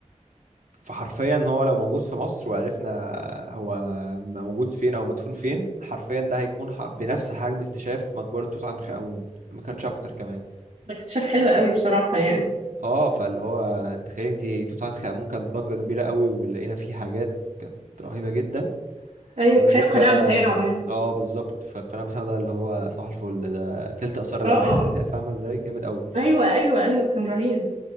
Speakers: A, on the right; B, on the right.
A: فحرفيا هو لو موجود في مصر وعرفنا هو موجود فين او مدفون فين حرفيا ده هيكون ح- بنفس حجم اكتشاف مقبرة توت عنخ آمون ما كانش اكتر كمان
B: اكتشاف حلو قوي بصراحه يعني
A: اه فاللي هو تخيل انت توت عنخ آمون كانت ضجة كبيرة قوي ولقينا فيه حاجات كانت رهيبة جدا
B: ايوه
A: ما
B: كفايه
A: بالك
B: القناع
A: بقى
B: بتاعه يعني
A: اه بالظبط فالقناة بتاعه اللي هو صباح الفل ده تلت آثار العالم
B: اه اه اه
A: <laughs> فاهمة ازاي جامد قوي
B: ايوه ايوه ايوه كان رهيب